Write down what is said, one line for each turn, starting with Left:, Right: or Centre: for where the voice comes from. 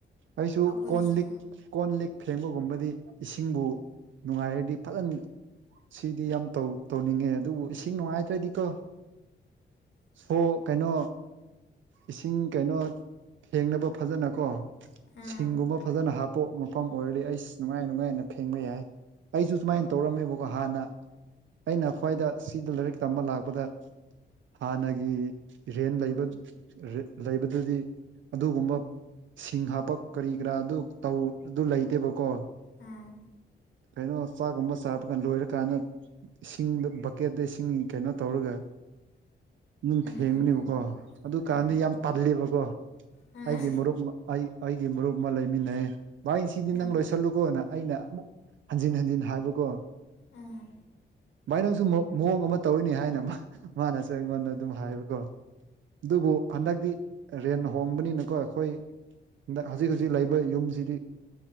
Right: ꯑꯩꯁꯨ
Left: ꯑꯩꯈꯣꯏꯒꯤꯁꯨ
Right: ꯀꯣꯟ ꯂꯤꯛ ꯀꯣꯟ ꯂꯤꯛ ꯐꯦꯡꯕ ꯑꯗꯨꯒꯨꯝꯕꯗꯤ ꯏꯁꯤꯡꯕꯨ ꯅꯨꯡꯉꯥꯏꯔꯗꯤ ꯐꯖꯅ ꯁꯤꯗꯤ ꯌꯥꯝꯧ ꯇꯧꯅꯤꯡꯉꯦ ꯑꯗꯨꯕꯨ ꯏꯁꯤꯡ ꯅꯨꯡꯉꯥꯏꯇ꯭ꯔꯗꯤ ꯀꯣ ꯁꯣ ꯀꯩꯅꯣ ꯏꯁꯤꯡ ꯀꯩꯅꯣ ꯊꯦꯡꯅꯕ ꯐꯖꯅ ꯀꯣ
Left: ꯎꯝ
Right: ꯁꯤꯡꯒꯨꯝꯕ ꯐꯖꯅ ꯍꯥꯞ ꯄꯣꯠ ꯃꯐꯝ ꯑꯣꯏꯔꯗꯤ ꯑꯩ ꯅꯨꯡꯉꯥꯏ ꯅꯨꯡꯉꯥꯏꯅ ꯐꯦꯡꯕ ꯌꯥꯏ ꯑꯩꯁꯨ ꯁꯨꯃꯥꯏꯅ ꯇꯧꯔꯝꯃꯦꯕꯀꯣ ꯍꯥꯟꯅ ꯑꯩꯅ ꯈ꯭ꯋꯥꯏꯗ ꯁꯤꯗ ꯂꯥꯏꯔꯤꯛ ꯇꯝꯕ ꯂꯥꯛꯄꯗ ꯍꯥꯟꯅꯒꯤ ꯔꯦꯟ ꯂꯩꯕ ꯂꯩꯕꯗꯨꯗꯤ ꯑꯗꯨꯒꯨꯝꯕ ꯁꯤꯡ ꯍꯥꯞꯄ ꯀꯔꯤ ꯀꯔꯥ ꯑꯗꯨ ꯇꯧ ꯑꯗꯨ ꯂꯩꯇꯦꯕꯀꯣ
Left: ꯎꯝ
Right: ꯀꯩꯅꯣ ꯆꯥꯛꯒꯨꯝꯕ ꯁꯥꯕ ꯀꯥꯟ ꯂꯣꯏꯔꯀꯥꯟꯗ ꯏꯁꯤꯡꯗ ꯕꯛꯀꯦꯠꯇ ꯏꯁꯤꯡꯒꯤ ꯀꯩꯅꯣ ꯇꯧꯔꯒ ꯑꯗꯨꯝ
Left: ꯎꯝ
Right: ꯐꯦꯡꯕꯅꯦꯕꯀꯣ
Left: ꯎꯝ
Right: ꯑꯗꯨꯀꯥꯟꯗꯤ
Left: ꯎꯝ
Right: ꯌꯥꯝ ꯇꯜꯂꯦꯕꯀꯣ
Left: ꯎꯝ
Right: ꯑꯩꯒꯤ
Left: ꯎꯝ
Right: ꯃꯔꯨꯞ ꯑꯩ ꯑꯩꯒꯤ ꯃꯔꯨꯞ ꯑꯃ ꯂꯩꯃꯤꯟꯅꯩ ꯚꯥꯏ ꯁꯤꯗꯤ
Left: ꯎꯝ
Right: ꯅꯪ ꯂꯣꯏꯁꯤꯜꯂꯨꯀꯣꯅ ꯑꯩꯅ ꯑꯃꯨꯛ ꯍꯟꯖꯤꯟ ꯍꯟꯖꯤꯟ ꯍꯥꯏꯕꯀꯣ
Left: ꯑꯝ
Right: ꯚꯥꯏ ꯅꯪꯁꯨ ꯃꯑꯣꯡ ꯑꯃ ꯇꯧꯔꯤꯅꯤ ꯍꯥꯏꯅ ꯃꯥꯅꯁꯨ ꯑꯩꯉꯣꯟꯗ ꯑꯗꯨꯝ ꯍꯥꯏꯕꯀꯣ ꯑꯗꯨꯕꯨ ꯍꯟꯗꯛꯇꯤ ꯔꯦꯟ ꯍꯣꯡꯕꯅꯤꯅꯀꯣ ꯑꯩꯈꯣꯏ ꯍꯟꯗꯛ ꯍꯧꯖꯤꯛ ꯍꯧꯖꯤꯛ ꯂꯩꯕ ꯌꯨꯝꯁꯤꯗꯤ